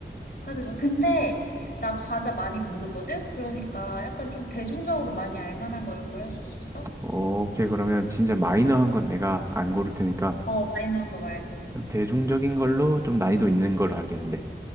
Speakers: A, on the left; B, on the right.
A: 과자 좋아. 근데 나 과자 많이 모르거든? 그러니까 약간 좀 대중적으로 많이 알만한 거 이런 걸 해줄 수 있어?
B: 오케이, 그러면 진짜 마이너한 건 내가 안 고를 테니까,
A: 어, 마이너한 거 말고.
B: 좀 대중적인 걸로 좀 난이도 있는 걸로 할게, 근데.